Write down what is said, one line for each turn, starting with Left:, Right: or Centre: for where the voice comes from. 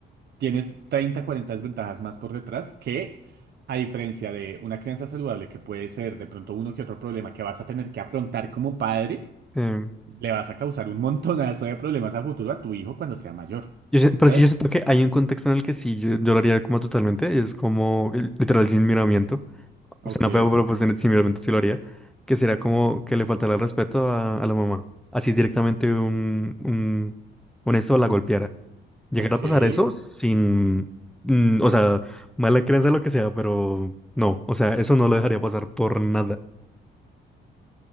Right: tienes 30 40 desventajas más por detrás que, a diferencia de una crianza saludable que puede ser de pronto uno que otro problema que vas a tener que afrontar como padre
Centre: Em,
Right: le vas a causar un montonazo de problemas a futuro a tu hijo cuando sea mayor.
Centre: yo sé- pero
Right: ¿Sabes?
Centre: sí, yo siento que hay un contexto en el que sí, yo, yo lo haría como totalmente. Es como el- literal sin miramiento.
Right: Ok,
Centre: O sea, no feo, pero pues sin sin miramiento sí lo haría. Que sería como que le faltara el respeto a, a la mamá. Así directamente un, un, un esto la golpeara. Llegar
Right: ok.
Centre: a pasar eso sin, mm, o sea, mala creencia, lo que sea, pero no, o sea, eso no lo dejaría pasar por nada.